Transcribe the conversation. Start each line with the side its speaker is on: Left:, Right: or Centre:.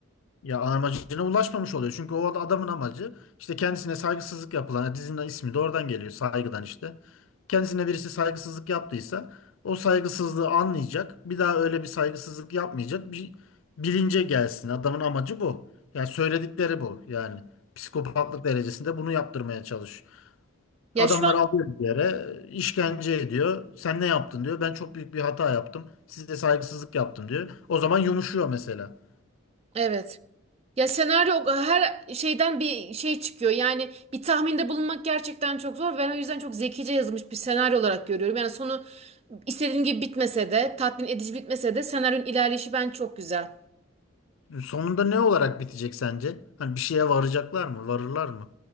Left: Ya amacına ulaşmamış oluyor. Çünkü o adamın amacı işte kendisine saygısızlık yapılan dizinin ismi de oradan geliyor saygıdan işte. Kendisine birisi saygısızlık yaptıysa o saygısızlığı anlayacak. Bir daha öyle bir saygısızlık yapmayacak. Bir bilince gelsin. Adamın amacı bu. Yani söyledikleri bu. Yani psikopatlık derecesinde bunu yaptırmaya çalış.
Right: Ya
Left: Adamları
Right: şu an
Left: alıyor bir yere, işkence ediyor. Sen ne yaptın diyor. Ben çok büyük bir hata yaptım. Size saygısızlık yaptım diyor. O zaman yumuşuyor mesela.
Right: evet. Ya senaryo her şeyden bir şey çıkıyor. Yani bir tahminde bulunmak gerçekten çok zor. Ben o yüzden çok zekice yazılmış bir senaryo olarak görüyorum. Yani sonu istediğim gibi bitmese de, tatmin edici bitmese de senaryonun ilerleyişi ben çok güzel.
Left: Sonunda ne olarak bitecek sence? Hani bir şeye varacaklar mı? Varırlar mı?